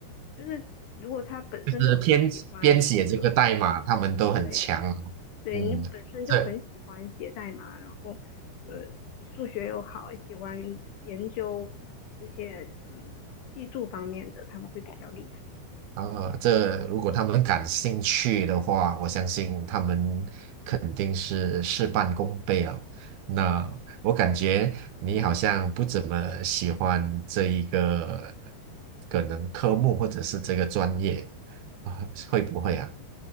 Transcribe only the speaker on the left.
就是如果他本身就很喜欢，
对
对对，
你本身就很喜欢写代码，
然后呃，数学又好，喜欢研究这些嗯技术方面的，他们会比较厉害。